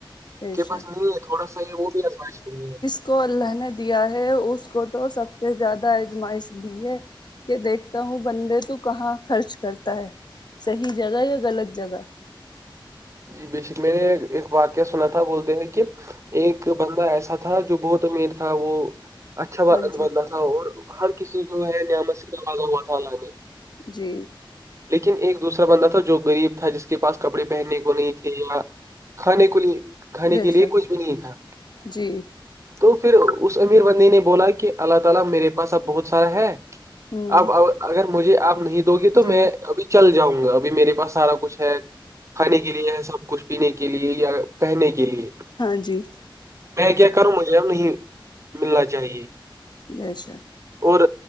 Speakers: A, on the left (about 55°); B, on the right (about 35°).
A: بے
B: کے
A: شک
B: پاس نہیں ہے تھوڑا سا یہ وہ بھی ازمائش کے لیے ہے
A: اس کو اللہ نے دیا ہے اس کو تو سب سے زیادہ اجمائش دی ہے کہ دیکھتا ہوں بندے تو کہاں خرچ کرتا ہے صحیح جگہ یا غلط جگہ
B: جی بے شک میں نے ایک واقعہ سنا تھا بولتے ہیں کہ ایک بندہ ایسا تھا جو بہت امیر تھا وہ اچھا
A: ہاں جی
B: بنتا تھا اور ہر کسی جو ہے نعمت سے نبازا ہوا تھا اللہ نے
A: جی
B: لیکن ایک دوسرا بندہ تھا جو غریب تھا جس کے پاس کپڑے پہننے نہیں تھے یا کھانے کو لیے کھانے
A: بے
B: کے لیے
A: شک
B: کچھ بھی نہیں تھا
A: جی
B: تو پھر اس امیر بندے نے بولا کہ اللہ تعالی میرے پاس اب بہت سارا ہے
A: ہوں
B: آپ اگر مجھے آپ نہیں دو گے تو
A: جی
B: میں ابھی چل جاؤں گا ابھی میرے پاس سارا کچھ ہے کھانے کے لیے سب کچھ پینے کے لیے یا پہنے کے لیے
A: ہاں جی
B: میں کیا کروں مجھے اب نہیں ملنا چاہیے
A: اچھا
B: اور